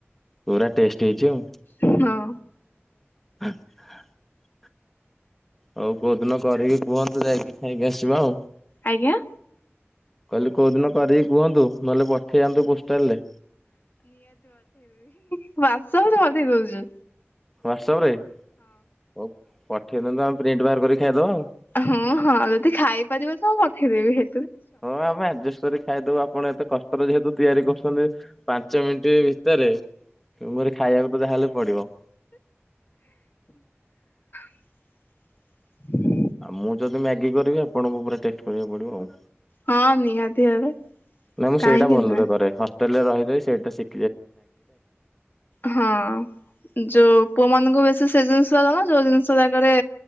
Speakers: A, in the centre; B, on the left.
A: ପୁରା ଟେଷ୍ଟ ହେଇଛି ଆଉ।
B: ହଁ।
A: <unintelligible> ହଉ କୋଉଦିନ କରିକି କୁହନ୍ତୁ, ଯାଇକି ଖାଇକି ଆସିବା ଆଉ।
B: ଆଜ୍ଞା।
A: କହିଲି କୋଉ ଦିନ କରିକି କୁହନ୍ତୁ ନହେଲେ ପଠେଇ ଆନ୍ତୁ ପୋଷ୍ଟାଲ ରେ।
B: <unintelligible> ଅଧି କଉଚୁ
A: ହ୍ୱଟସଆପ ରେ, ହଉ ପଠେଇ ଦିଅନ୍ତୁ ଆମେ ପ୍ରିଣ୍ଟ ବାହାର କରି ଖାଇଦେବା ଆଉ।
B: ହଁ, ହଁ ଯଦି ଖାଇପାରିବ ତ ମୁଁ ପଠେଇଦେବି ହେ।
A: ହଁ ଆମେ ଆଡଜଷ୍ଟ କରି ଖାଇଦବୁ, ଆପଣ ଏତେ କଷ୍ଟରେ ଯେହେତୁ ତିଆରି କରୁଛନ୍ତି। ପାଞ୍ଚ ମିନିଟ ଭିତରେମୋର ଖାଇବାକୁ ତ ଯହାହେଲେ ପଡିବ।
B: ହ <inaudible>
A: ଆଉ ମୁଁ ଯଦି ମ୍ୟାଗି କରିବି ଆପଣଙ୍କୁ ପୁରା ଟେଷ୍ଟ କରିବାକୁ ପଡିବ ଆଉ
B: ହଁ ନିହାତି ଭାବେ
A: ନାଇ ମୁଁ
B: କାହିଁକି
A: ସେଇଟା ଭଲରେ
B: ନୁହେଁ
A: କରେ ହଷ୍ଟେଲ ରେ ରହି ରହି ସେଇଟା ଭଲରେ ଶିଖ
B: ହଁ ଯୋଉ ପୁଅ ମାନଙ୍କୁ ବେଶୀ ସେ ଯୋଉ ଯୋଉ ଜିନିଷ ଜାଗାରେ